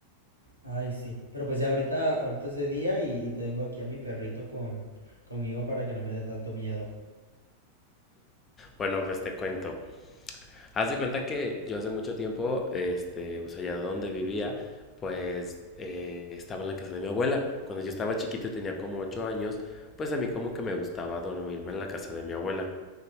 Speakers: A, on the right; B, on the left.
A: Ay, sí. Pero pues ya ahorita, ahorita es de día y, y tengo aquí a mi perrito con, conmigo para que no me dé tanto miedo.
B: Bueno, pues te cuento. Haz de cuenta que yo hace mucho tiempo, este, pues allá donde vivía, pues eh, estaba en la casa de mi abuela. Cuando yo estaba chiquito y tenía como ocho años, pues a mí como que me gustaba dormirme en la casa de mi abuela.